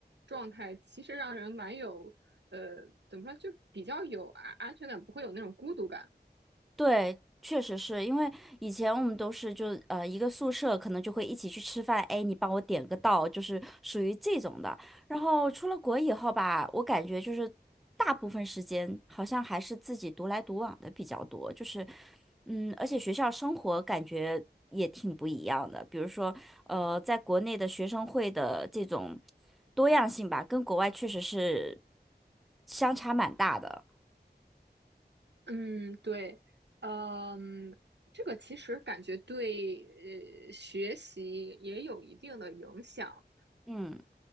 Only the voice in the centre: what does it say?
对，确实是因为以前我们都是就呃一个宿舍，可能就会一起去吃饭，哎，你帮我点个到，就是属于这种的。然后出了国以后吧，我感觉就是大部分时间好像还是自己独来独往的比较多，就是嗯，而且学校生活感觉也挺不一样的。比如说呃，在国内的学生会的这种多样性吧，跟国外确实是相差蛮大的。
嗯